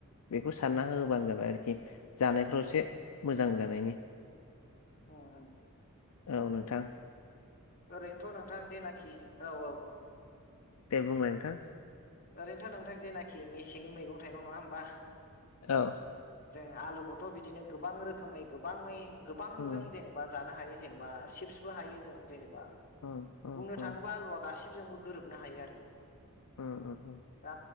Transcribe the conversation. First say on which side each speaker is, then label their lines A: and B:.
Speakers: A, on the left (about 75°); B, on the left (about 40°).
A: बेखौ सारना होबानो जाबाय आरोखि जानायफ्राव
B: उम
A: एसे मोजां जानायनि।
B: ओ ओम।
A: औ नोंथां।
B: ओरैनोथ' नोंथां जेनाखि औ औ।
A: दे बुंलाय नोंथां।
B: ओरैनोथ' नोंथां जेनाखि मेसेंनि मैगं थाइगं नङा होमबा।
A: औ।
B: जों आलुखौथ' बिदिनो गोबां रोखोमै गोबाङै गोबां
A: उम
B: जों जेनेबा जानो हायो। जनेबा सिपसबो हायो जों जेनेबा
A: उम उम
B: बुंनो
A: उम
B: थाङोबा गासि जोंबो गोरोबनो हायो आरो।
A: ओ ओ औ।
B: दा